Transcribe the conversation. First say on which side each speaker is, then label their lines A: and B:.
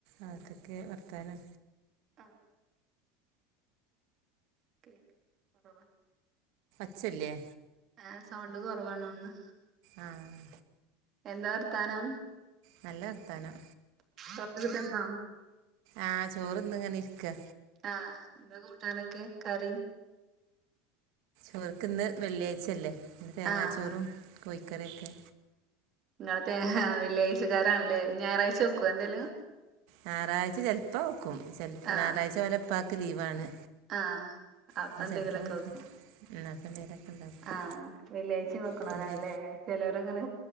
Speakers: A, on the right; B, on the right.
A: അതൊക്കെ
B: Hello
A: വർത്താനം
B: ആഹ് <unintelligible>
A: ച്ചല്ല്യാ?
B: ഏ sound കൊറവാണോന്ന്?
A: ആഹ്.
B: എന്താ വർത്താനം?
A: നല്ല വർത്താന.
B: <unintelligible> <unintelligible>
A: ആഹ് ചോറ്ന്ന്ങ്ങനെ ഇര്ക്കാ.
B: ആഹ് എന്താ കൂട്ടാനൊക്കെ കറി?
A: ഇവർക്ക്ന്ന് വെള്ളിയായ്ചല്ലേ തേങ്ങാച്ചോറും
B: ആഹ്
A: കോയിക്കറിക്കൊ.
B: അതെ വെള്ളിയാഴ്ചക്കാരാണ്ലെ ഞാറായ്ച വെക്കുവൊ എന്തേലും?
A: ഞാറാഴ്ച ചെൽപ്പ വെക്കും
B: ആഹ്
A: ഞാറാഴ്ച ഇവരേ ഇപ്പാക്ക് ലീവാണ്.
B: ആഹ്, അപ്പന്തെങ്കിലൊക്ക
A: അപ്പോ ചെലപ്പോ
B: വെക്കും.
A: ഉം അപ്പോ എന്തേലൊക്കെ ഉണ്ടാക്കും
B: ആഹ്, വെള്ളിയായ്ച വെക്ക്ണോരാൻലെ
A: പിന്നെ
B: ചെലൊരങ്ങനെ